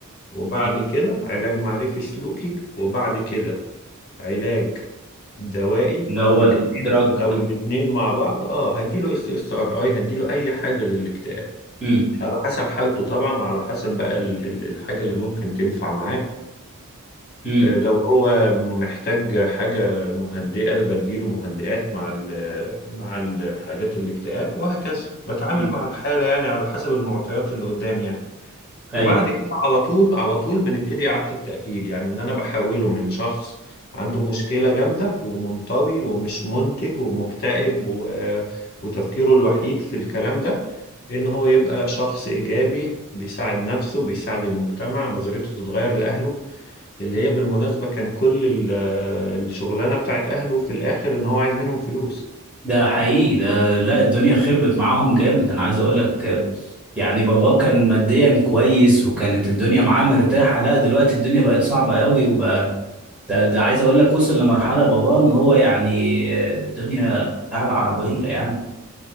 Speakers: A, on the left; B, in the centre.
A: وبعد
B: مم.
A: كده علاج معرفي سلوكي وبعد كده علاج دوائي
B: اللي هو
A: او الاتنين
B: الدرج
A: او الاتنين مع بعض اه هديله اس اس ار اي هديله اي حاجه للاكتئاب
B: مم.
A: على حسب حالته طبعا وعلى حسب بقى ال- ال- الحاجه اللي ممكن تنفع معاه
B: مم.
A: آه، لو هو محتاج حاجه مهدئه بديله مهدئات مع ال- مع الحاجات الاكتئاب وهكذا بتعامل
B: مم.
A: مع الحاله يعني على حسب المعطيات اللي قدامي يعني وبعد
B: ايوه
A: كده على طول على طول بنبتدي إعادة التأهيل يعني إن أنا بحوله من شخص عنده مشكلة جامدة ومنطوي ومش منتج ومكتئب و... وتفكيره الوحيد في الكلام ده إن هو يبقى شخص إيجابي بيساعد نفسه بيساعد المجتمع نظريته تتغير لأهله اللي هي بالمناسبة كان كل ال- الشغلانة بتاعت أهله في الآخر إن هو عايز منهم فلوس
B: ده حقيقي ده لا الدنيا خربت معاهم جامد انا عايز اقول لك آه، يعني بابا كان ماديا كويس وكانت الدنيا معاه مرتاحة لا دلوقتي الدنيا بقت صعبة قوي وبقى ده ده عايز اقول لك وصل لمرحله بابا ان هو يعني آه، الدنيا بتاع العربيه يعني